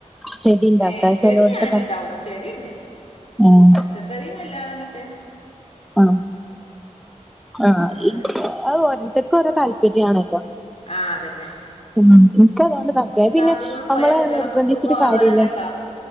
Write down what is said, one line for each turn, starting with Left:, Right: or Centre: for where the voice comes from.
Centre: ചെടി ഇണ്ടാക്കാ
Left: ഏ ചെടി
Centre: ചെലോട്ത്തൊക്കെ
Left: ഞാന്ണ്ടാവും ചെടിണ്ട്
Centre: ഉം
Left: പച്ച കറി വല്ലാതങ്ങട്ട്
Centre: അ ആ
Left: അല്ലാതൊന്നുമില്ല
Centre: അത് ഓരോരുത്തർക്കോരോ താല്പര്യാണല്ലോ
Left: ആ അതന്നെ
Centre: ഉം ഇൻക്കതോണ്ട് മറ്റേ
Left: എന്താ
Centre: പിന്നെ
Left: സ്കൂളിൽ പോയ
Centre: അമ്മള്
Left: കുട്ടികളൊക്കെ
Centre: നിർബന്ധിച്ചിട്ട്
Left: സ്കൂൾക്ക് പോകാനുള്ളവരൊക്കെ
Centre: കാര്യല്ല
Left: ഉണ്ടോ